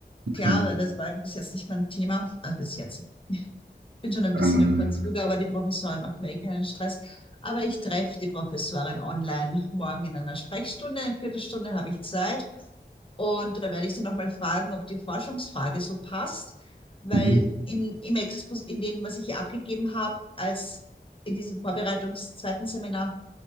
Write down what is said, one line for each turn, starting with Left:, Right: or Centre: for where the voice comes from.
Right: okay.
Left: Klar, weil das war bis jetzt nicht mein Thema, also bis jetzt bin schon ein
Right: Ähm,
Left: bisschen im Verzug, aber die Professorin macht mir eh keinen Stress. Aber ich treffe die Professorin online morgen in einer Sprechstunde. Eine Viertelstunde habe ich Zeit. Und da werde ich sie nochmal fragen, ob die Forschungsfrage so passt, weil
Right: mhm.
Left: in, im Expos, in dem, was ich hier abgegeben habe, als in diesem Vorbereitungs zweiten Seminar,